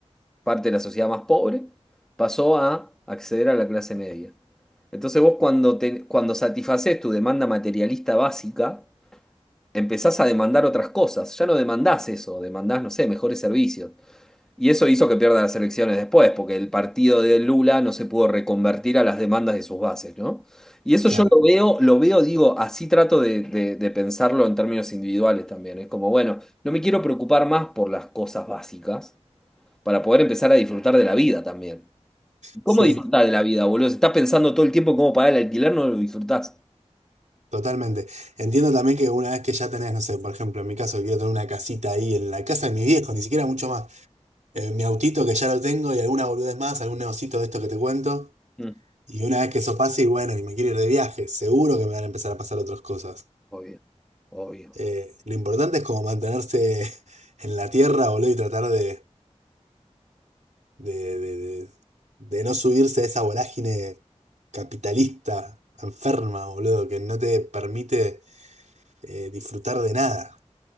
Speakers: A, in the centre; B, on the right (about 90°).
A: parte de la sociedad más pobre, pasó a acceder a la clase media. Entonces vos cuando, te- cuando satisfaces tu demanda materialista básica, empezás a demandar otras cosas. Ya no demandás eso, demandás, no sé, mejores servicios. Y eso hizo que pierda las elecciones después, porque el partido de Lula no se pudo reconvertir a las demandas de sus bases, ¿no? Y eso
B: claro,
A: yo lo veo, lo veo, digo, así trato de, de- de pensarlo en términos individuales también. Es como, bueno, no me quiero preocupar más por las cosas básicas, para poder empezar a disfrutar de la vida también.
B: sí,
A: ¿Cómo disfrutar de la vida, boludo? Si estás pensando todo el tiempo cómo pagar el alquiler, no lo disfrutás.
B: totalmente. Entiendo también que una vez que ya tenés, no sé, por ejemplo, en mi caso, quiero tener una casita ahí en la casa de mi viejo, ni siquiera mucho más. Eh, mi autito que ya lo tengo y alguna boludez más, algún negocito de esto que te cuento.
A: Mm.
B: Y una vez que eso pase, y bueno, y me quiero ir de viaje, seguro que me van a empezar a pasar otras cosas.
A: Obvio, obvio.
B: Eh, lo importante es como mantenerse <laughs> en la tierra, boludo, y tratar de, de, de, de, de no subirse a esa vorágine capitalista, enferma, boludo, que no te permite eh, disfrutar de nada.